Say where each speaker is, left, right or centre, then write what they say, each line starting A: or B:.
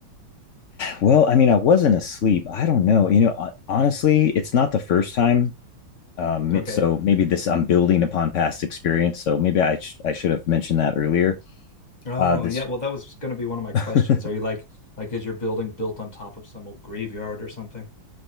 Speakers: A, on the left (about 65°); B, on the left (about 20°).
A: Well, I mean, I wasn't asleep. I don't know. You know, hon- honestly, it's not the first time um,
B: Okay.
A: so maybe this I'm building upon past experience. So maybe I sh- I should have mentioned that earlier.
B: Oh
A: Uh, this
B: yeah, well that was going to be one of my questions.
A: <laughs>
B: Are you like like is your building built on top of some old graveyard or something?